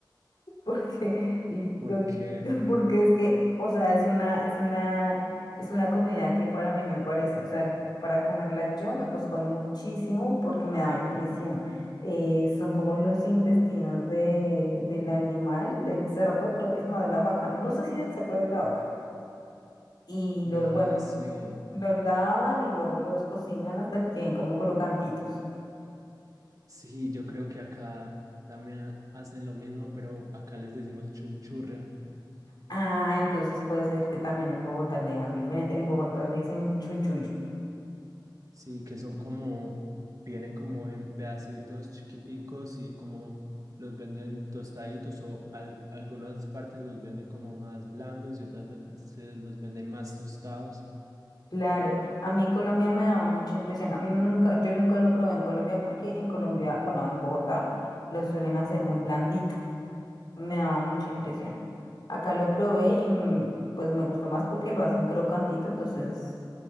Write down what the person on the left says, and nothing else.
<laughs> porque, y do-
<laughs> porque es que, o sea, es una, es una, es una comida que para mí me parece, o sea, para comerla yo me costó muchísimo porque me daba impresión. Eh, son como los intestinos de, del animal, del cerdo, creo que, no, de la vaca, no sé si del cerdo o de la vaca. Y
los, bueno,
los lavan y luego los cocinan hasta que queden como crocantitos.
Ah, entonces puede ser que también en Bogotá le digan diferente. En Bogotá le dicen chunchullo.
Claro, a mí en Colombia me daba mucha impresión. A mí nunca, yo nunca lo probé en Colombia porque en Colombia, bueno, en Bogotá lo suelen hacer muy blandito. Me daba mucha impresión. Acá lo probé y mm, pues me gustó más porque lo hacen crocantito, entonces